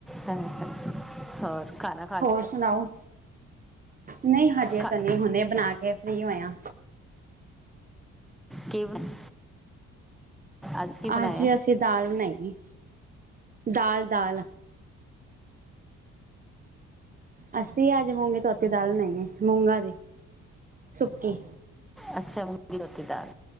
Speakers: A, in the centre; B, on the right.
A: ਹਾਂਜੀ, ਹਾਂ ਹੋਰ ਖਾਨਾ
B: ਹੋਰ ਸੁਨਾਓ ਨਈ ਹਜੇ
A: ਖਾ
B: ਤਾਂ ਨਈ ਹੁਨੇ ਬਨਾ ਕੇ ਫ੍ਰੀ ਹੋਏ ਆਂ।
A: ਕਿ ਬਨਾ, ਅੱਜ ਕੀ ਬਣਾਇਆ
B: ਅੱਜ ਅਸੀਂ ਦਾਲ ਬਨਾਈ, ਦਾਲ-ਦਾਲ। ਅਸੀ ਅੱਜ ਮੂੰਗੀ ਧੋਤੀ ਦਾਲ ਬਨਾਈ ਏ ਮੂੰਗਾ ਦੀ, ਸੁੱਕੀ।
A: ਅੱਛਾ ਮੂੰਗੀ ਧੋਤੀ ਦਾਲ,